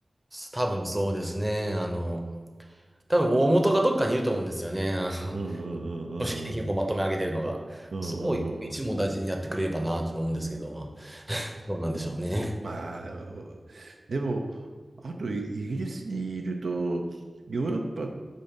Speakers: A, in the centre; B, on the right.
A: 多分そうですね。あの、多分大元がどっかにいると思うんですよね。あ
B: うんうんうんうんうん。
A: の、<laughs> 組織的にこうまとめ上げてるのが。
B: うん
A: そこを一網大事にやってくれればなと思うんですけど、
B: うんうん。
A: まあ、どうなんでしょうね。
B: まあ、でも、あとイイギリスにいると、ヨーロッパ、